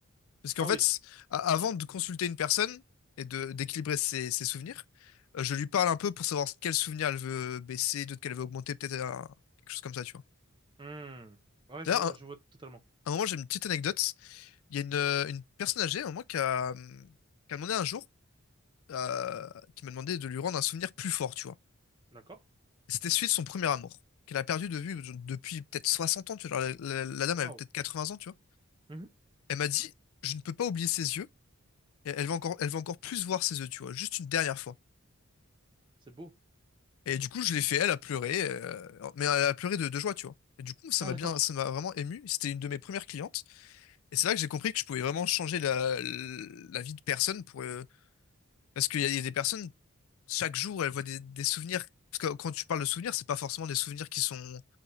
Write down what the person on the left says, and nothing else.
Parce qu'en
fait,
a- avant de consulter une personne et de d'équilibrer ses, ses souvenirs, euh, je lui parle un peu pour savoir quel souvenir elle veut baisser, d'autres qu'elle veut augmenter, peut-être un- quelque chose comme ça, tu vois.
D'ailleurs,
à un, à
un moment, j'ai une petite anecdote. Il y a une, euh, une personne âgée, à un moment, qui a, hum, qui a demandé un jour, euh, qui m'a demandé de lui rendre un souvenir plus fort, tu vois.
C'était celui de son premier amour, qu'elle a perdu de vue depuis peut-être 60 ans, tu vois. La, la- la dame
avait peut-être 80 ans, tu vois.
Elle m'a dit, je ne peux pas oublier ses yeux. Elle elle veut encore, elle veut encore plus voir ses yeux, tu vois, juste une dernière fois.
Et du coup, je l'ai fait, elle a pleuré, euh, mais elle a pleuré de, de joie, tu vois. Et du coup, ça
m'a
bien, ça m'a vraiment ému. C'était une de mes premières clientes. Et c'est là que j'ai compris que je pouvais vraiment changer la, la vie de personne pour, euh, parce qu'il y a, il y a des personnes, chaque jour, elles voient des, des souvenirs. Parce que quand tu parles de souvenirs, c'est pas forcément des souvenirs qui sont,